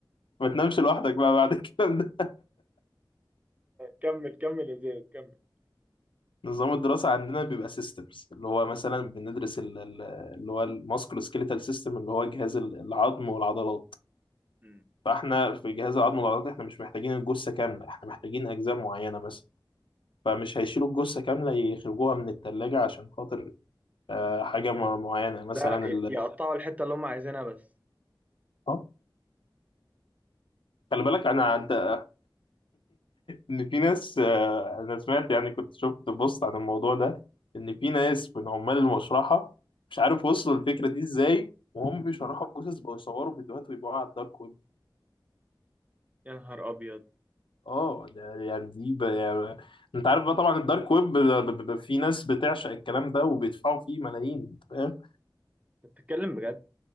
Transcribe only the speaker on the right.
كمل كمل يا زياد كمل
مم.
ده ي-
يقطعوا الحته اللي هم عايزينها بس
يا نهار ابيض
انت بتتكلم بجد